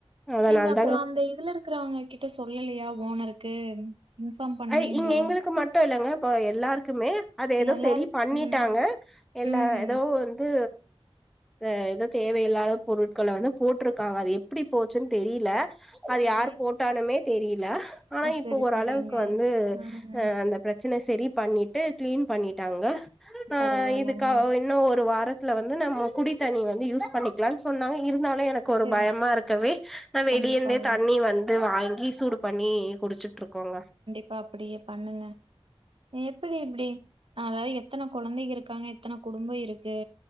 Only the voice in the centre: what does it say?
அதனால
தாங்க
ஐ இங்க எங்களுக்கு மட்டு இல்லங்க ப எல்லாருக்குமே அது எதோ
சரி பண்ணிட்டாங்க
இல்ல
எதோ வந்து அ எதோ தேவையில்லாத பொருட்கள வந்து போட்டுருக்காங்க அது எப் படி போச்சுன் தெரியில அது
யாரு போட்டாலுமே தெரியில ஆனா
இப்போ
ஓரளவுக்
கு வந்து
அ அந்த பிரச்சன செரி பண்ணிட்டு கிளீன் பண்ணிட்டாங்க ஆ
இதுக்கா இன்னு ஒரு வாரத் துல வந்து நம்ம குடித்தண்ணி வந்து யூஸ் பண்ணிக்கலா சொன்னாங்க இரு னால எனக்கு ஒரு
பயமா இருக்கவே நா வெளியே
இந்தே தண்ணி வந்து வாங்கி சூடு பண்ணி குடிச்சிட்ருக்கோங்க